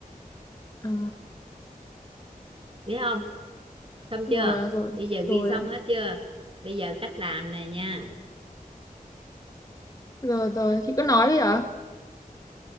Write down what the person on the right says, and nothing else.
Vậy không xong
chưa
bây giờ
ghi xong
hết chưa bây giờ cách làm nè nha